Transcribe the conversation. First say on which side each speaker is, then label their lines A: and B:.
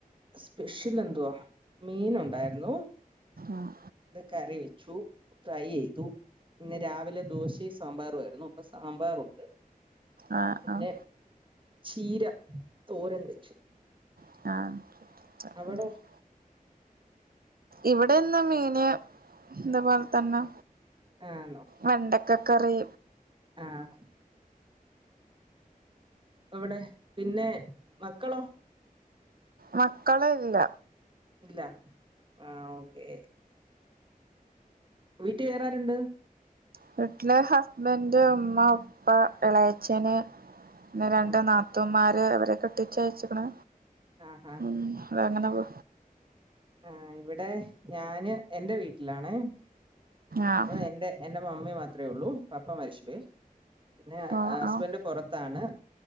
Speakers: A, on the right; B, on the right.
A: സ്പെഷ്യലെന്തുവാ മീൻ ഉണ്ടായിര്ന്നു
B: ആഹ്
A: കറി വെച്ചു ഫ്രൈ ചെയ്തു ഇന്ന് രാവിലെ ദോശയും സാമ്പാറു ആയിരുന്നു പ്പൊ സാമ്പാറുണ്ട്
B: ആഹ്
A: പിന്നെ
B: ആഹ്
A: ചീര തോരൻ വെച്ചു
B: <unintelligible>
A: അവിടോ
B: ഇവിടെന്ന് മീന് ഇത്പോലെത്തന്നെ
A: ആന്നോ?
B: വെണ്ടക്ക കറി
A: ആഹ് അവിടെ പിന്നെ മക്കളോ?
B: മക്കള് ഇല്ല
A: ല്ല ആഹ് ഓക്കേ വീട്ടി വേറാര്ണ്ട്?
B: വീട്ടില് ഹസ്ബൻഡ് ഇമ്മ ഇപ്പ എളയച്ചന് പിന്നെ രണ്ട്
A: ആന്നോ
B: നാത്തൂന്മാര് അവരെ കെട്ടിച്ചയച്ചിക്ക്ണ്
A: ആഹാ
B: ഉം അതങ്ങനെ പോ
A: ആഹ് ഇവിടെ ഞാന് എന്റെ വീട്ടിലാണേ
B: ആഹ്
A: അപ്പൊ എൻറെ എന്റെ മമ്മി മാത്രേ ഒള്ളൂ പപ്പ മരിച്ചുപോയി പിന്നെ
B: ആഹ്
A: ഹസ്ബൻഡ്
B: ആഹ്
A: പൊറത്താണ്